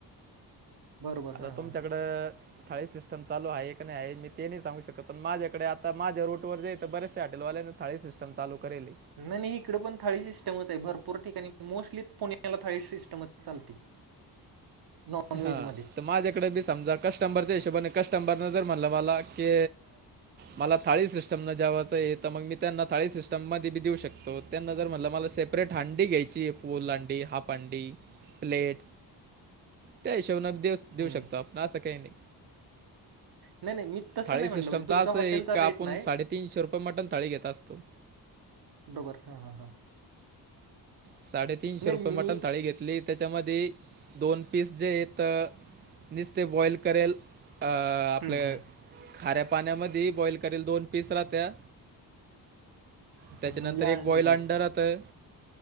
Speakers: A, on the right; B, on the right.
A: बरोबर
B: आता
A: हां हां
B: तुमच्याकडं खाळी सिस्टम चाल आहेी नाही आहे मी ते नाही सांगू शकत पण माझ्याकडे आता माझ्या रूटवर जेेत तर बरेचशे हॉटलवाल्या थळी सिस्टम चाू करेली
A: नाही नाही इकडे पण थाळी सिस्टमच आहे भरपूर ठिकाणी मोस्टली पुण्याला थाळी सिस्टमच चालते नॉनव्हेजमध्ये
B: हा तर माझ्या ी समजा कस्टबरच्या हिशोबाने कस्टंबरने जर म्हणलं मला की मला थाळी सिस्टम न जेवाचं आहे तर मग मी त्यांना थाळी सिटम मध्ये बी देऊ शकतो त्यानंतर म्हटलं मला सेपरेट हंडी घ्यायची फुल हंडी हाफ हंडी प्लेट त्या हिशोबने देऊ देऊ
A: हम्म
B: शकतो आपण असं काही नाही
A: नाही नाही मी तसं
B: थाळी
A: नाही म्हटलं
B: सिस्टमचा
A: म्हणजे तुमच्या
B: अस
A: हॉटेलचा
B: एक आपण
A: रेट नाही
B: साडेतीनशे रुपये मटण थाळी घेत असतो
A: डोबर हां हां हां
B: साडेतीीनशे
A: नाही
B: रुपे
A: मी
B: मट तळी घेत त्याच्यामध्ये दोन पीस जे य नसते बॉईल करेल अ आपल्या
A: हम्म हम्म
B: खऱ्या पाण्यामध्ये बॉइल करेल दोन पीस राहत्या
A: हम्म,
B: त्याच्यानंतर
A: म्हणजे आळणी
B: एक बॉईल
A: टाईप
B: अंडर आता